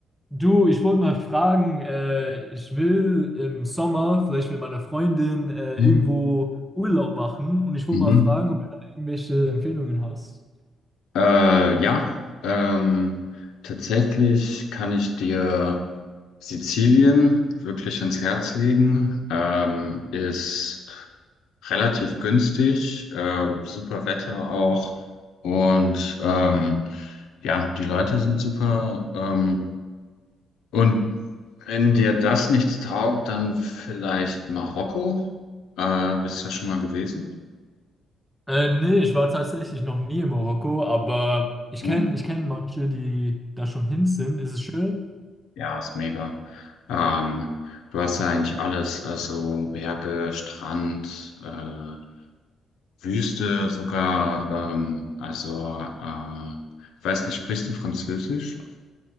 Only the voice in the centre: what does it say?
du, ich wollte mal fragen, äh, ich will im Sommer vielleicht mit meiner Freundin äh,
irgendwo Urlaub machen und ich wollte
mal fragen, ob du da irgendwelche Empfehlungen hast.
Äh, nee, ich war tatsächlich noch nie in Marokko, aber ich
kenne ich kenn manche, die da schon hin sind. Ist es schön?